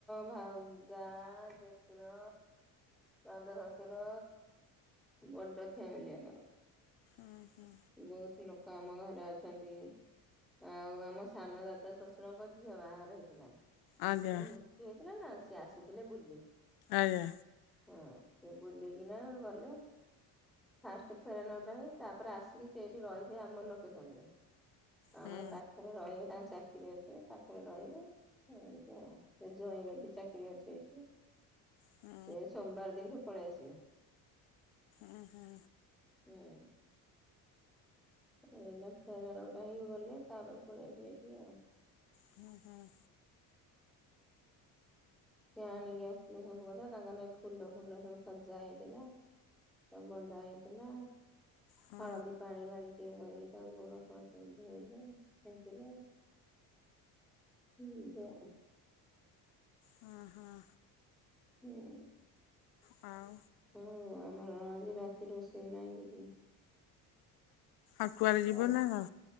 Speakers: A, in the centre; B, on the left.
A: ଭାଉ ଯା ଦେଡ଼ସୁର। ଦାଦା ଶାଶୁର ବଡ ଫ୍ୟାମିଲି ଆମର।
B: ହୁଁ ହୁଁ।
A: ବହୁତ ଲୋକ ଆମ ଘରେ ଅଛନ୍ତି। ଆଉ ଆମ ସାନ ଦାଦା ଶଶୁରଙ୍କ ଝିଅ ବାହାଘର ହେଇଥିଲା।
B: ଆଜ୍ଞା
A: ସେ ନୃଟି ହେଇଥିଲା ନା ସିଏ ଆସିଥିଲେ ବୁଲି।
B: ଆଜ୍ଞା।
A: ହଁ ସେ ବୁଲିକିନା ଗଲେ। ଫାଷ୍ଟ ଫେର ନଟା ହେଇ ତାପରେ ଆସ। ସେଇଠି ରହିବେ ଆମ ଲୋକେସନରେ ଆମ
B: ହୁଁ
A: ଏ ପାଖରେ ରହିବେ ତାଙ୍କ ଚା କିରି ଅଛି ପାଖରେ ରହିବେ। ହୁଁ ଏମିତି ସେ ଯୋଇଁ ର ବି ଚାକିରି ଅଛି ଏଇଠି।
B: ହୁଁ
A: ସେ ସୋମବାର ଦିନଠୁ ପଳେଇ ଆସିବେ।
B: ହୁଁ ହୁଁ।
A: ହୁଁ। ଏଇନା ଫେରଣ ଉଟା ହେଇକି ଗଲେ ତାପରେ ପଳେଇ ଆସିବ ଏଇଠିକି ଆଉ।
B: ହୁଁ ହୁଁ।
A: ସି ଆଣିକି ଆସିଥିଲେ ସବୁ କଥା ତାଙ୍କର ନାଗି ଫୁଲ ଫୁଲ ସବୁ ସଜା ହେଇଥିଲା। ତ ବନ୍ଧା ହେଇଥିଲା
B: ହଁ
A: ହଳଦୀ ପାଣି ମାଳି। ଟିଏ କରିକି ତାକୁ ଗୋଡ ଫୋଡ ସବୁ ଧୋଇଲେ ଛିଞ୍ଚିଲେ। ହୁଁ ଏନ୍ତି
B: ହଁ ହଁ।
A: ହୁଁ।
B: ହଁ।
A: ହଁ ଆମର ଆଜି ରାତି ରୋଷେଇ ନାହିଁ କିଛି
B: ଆଉ କୁଆଡେ ଯିବ
A: ରା
B: ନା କଣ?